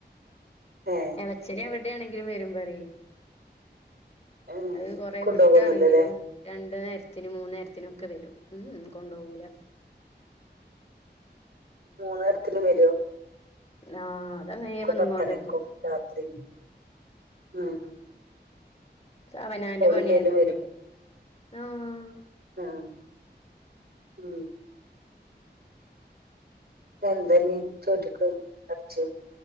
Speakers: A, on the right; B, on the left.
A: ഏ
B: എളച്ചൻ എവിടെ ആണെങ്കിലും വരുമ്പ പറ
A: ഏ
B: അത് കൊറെ
A: കൊണ്ടോകൊന്നുല്ലലേ
B: വിട്ടാണെങ്കിലും രണ്ടു നേര് ത്തിന് മൂന്ന്‌ നേരത്തിനൊക്കെ വരും ഊഉം കൊണ്ടോവൂല.
A: മൂന്ന്‌ നേരത്തിനും വരുവോ?
B: ആഹ് അതങ്ങനേ വന്ന്ങ്ങോണ്ട്
A: പത്തണിക്കും
B: ക്കും
A: രാത്രിയും ഉം
B: സ്അവനാന്റെ
A: ഓളില്ലേലും
B: പണി ആയതോണ്ടേ. ആഹ്
A: ആഹ് ഉം പ്പെന്തഞ് ചോറ്റ്ക്ക് എർച്ച്യോ